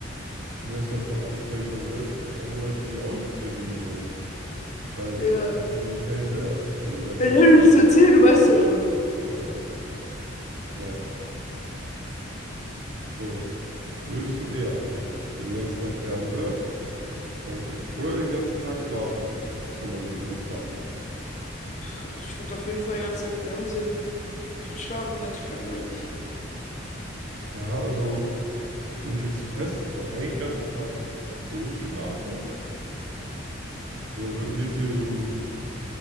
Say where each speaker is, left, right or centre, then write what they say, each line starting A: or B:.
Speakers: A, on the right; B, on the left.
A: Du wärst ja voll anstrengend. Also selbst die anderen Leute würden ja auch nicht mit dir reden wollen. Weil
B: Ja,
A: du bist einfach so ein Pain in the ass zum Reden, weil es
B: ich
A: ist halt,
B: habe nichts zu erzählen, du weißt ja schon.
A: ja, ja, naja. So. Würdest du eher den ganzen Tag Fernseher, Fernsehen oder den ganzen Tag schlafen? Das ist nochmal eine schöne Frage.
B: Pff, ich würde auf jeden Fall den ganzen Tag Fernsehen. Ich würde schlafen, relativ langweilig.
A: Ja, also, wenn ich jetzt fest so einen ganzen Tag durchschlafe, also geht es hier so um